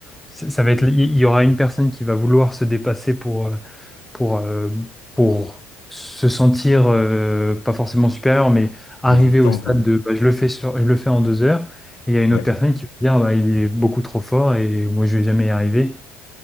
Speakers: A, in the centre; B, on the left.
A: ça ça va être, il y il y aura une personne qui va vouloir se dépasser pour, pour, euh, pour se sentir euh, pas forcément supérieur, mais arriver
B: existant,
A: au stade
B: quoi.
A: de bah, je le fais sur- je le fais en deux heures, et il y a une
B: Ouais.
A: autre personne qui va dire bah, il est beaucoup trop fort et moi je vais jamais y arriver.